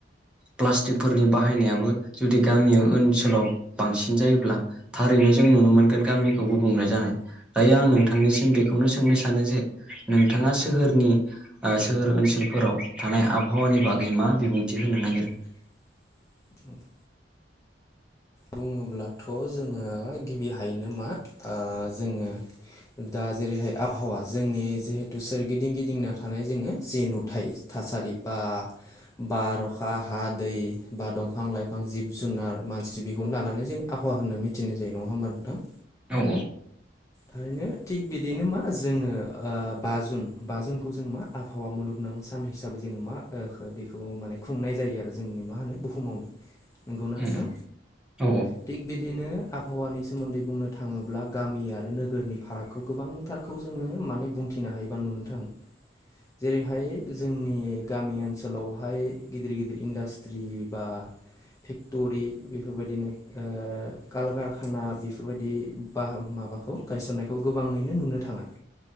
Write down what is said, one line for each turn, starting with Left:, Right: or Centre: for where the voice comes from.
Centre: प्लास्टिकफोरनि बाहायनायाबो जुदि गामि ओनसोलाव बांसिन जायोब्ला थारैनो जों नुनो मोनगोन गामिखौ गुबुंले जानाय। दायो आं नोंथांनिसिम बेखौनो सोंनो सानो जे नोंथाङा सोहोर नि ओ सोहोर ओनसोलफोराव थानाय आबहावानि बागै मा बिबुंथि होनो नागिरो?
Left: <inaudible> बुङोब्लाथ' जोङो गिबिहायनो मा ओ जोङो दा जेरैहाय आबहावा जोंनि जिहेतु सोरगिदिं गिदिंना थानाय जोङो जे नुथाय थासारि बा बार अखा हा दै बा दंफां-लाइफां जिब-जुनार मानसि बि खौनो लानानै जों आबहावा होननानै मिथिनाय जायो नङा होमबा नोंथां।
Centre: औ
Left: ओरैनो थिग बिदिनो मा जोङो ओ बाजुन बाजुनखौ जों मा आबहावा मुलुगनां सान हिसाबै जोङो मा ओ बेखौ माने खुंनाय जायो आरो जोंनि मा होनो बुहुमावनो।
Centre: <inaudible>
Left: नंगौना नोंथां।
Centre: उम औ
Left: थिग बिदिनो आबहावानि सोमोन्दै बुंनो थाङोब्ला गामिया आरो नोगोरनि फारागखौ गोबांथारखौ जोङो माने बुंथिनो हायोबा नुनो थाङो। जेरैहाय जोंनि गामि ओनसोलावहाय गिदिर गिदिर इन्डास्ट्रि बा फेक्ट'रि बेफोरबायदिनो ओ कलकारखाना बेफोरबायदि बाह माबाखौ गायसननायखौ गोबाङैनो नुनो थाङा।